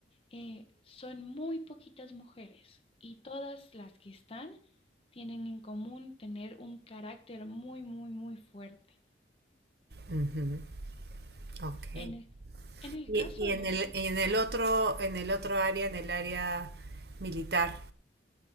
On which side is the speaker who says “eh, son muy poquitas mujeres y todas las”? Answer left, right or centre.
Left